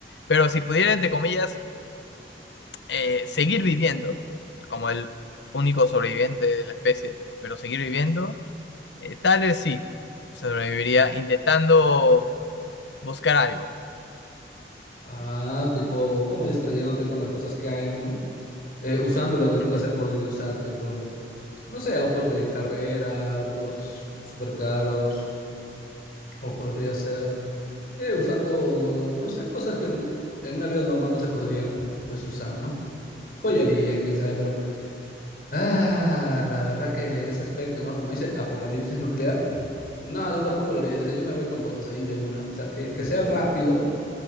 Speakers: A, on the left (about 80°); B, on the left (about 55°).
A: Pero si pudiera, entre comillas, eh, seguir viviendo, como el único sobreviviente de la especie, pero seguir viviendo, eh, tal vez sí, sobreviviría intentando buscar algo.
B: Ah, tipo, como distrayéndote con las cosas que hay, ¿no? eh, usando lo que nunca
A: Ujú.
B: se ha podido usar, tipo, no sé, autos de carrera, autos súper caros, o podría ser eh, usando, no sé, cosas que en, en una vida normal no se podrían, pues, usar, ¿no? Joyería, quién sabe, pero... Ah, la verdad que en ese aspecto, ¿no? Como dice, apocalipsis nuclear. mm, No, yo tampoco lo haría. Yo, o sea, yo me voy con todos ahí de una. O sea, que, que sea rápido